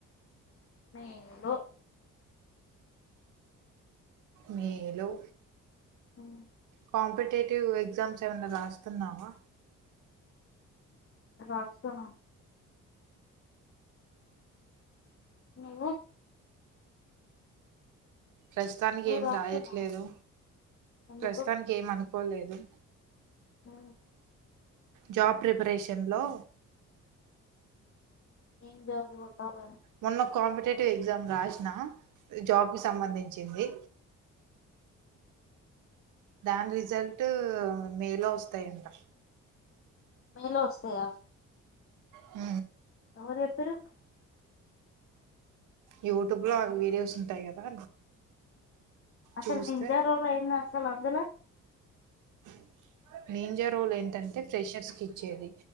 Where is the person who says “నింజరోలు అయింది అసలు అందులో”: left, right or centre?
Left